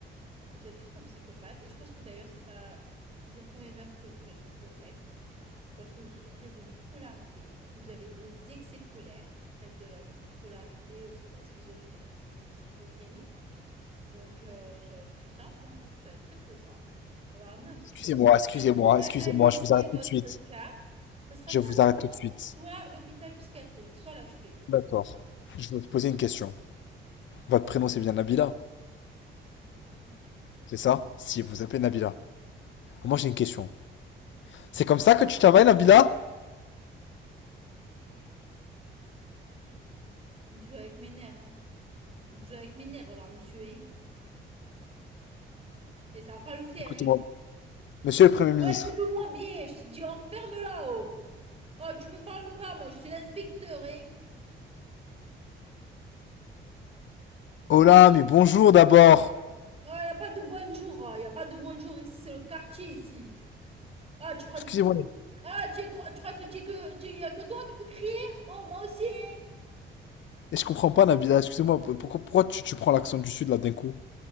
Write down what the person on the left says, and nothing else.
Excusez-moi, excusez-moi,
excusez-moi,
je vous arrête
tout de suite.
Je
vous arrête
tout de suite.
D'accord. Je vais vous poser une question. Votre prénom c'est bien Nabila,
c'est ça? Si,
vous appelez Nabila. Ah, moi
j'ai une question. C'est comme ça que tu travailles, Nabila?
Écoutez-moi.
Monsieur le Premier ministre.
Oh là, mais bonjour d'abord.
Excusez-moi,
et je comprends pas, Nabila. Excusez-moi, pourquoi, pourquoi tu, tu prends l'accent du sud là d'un coup?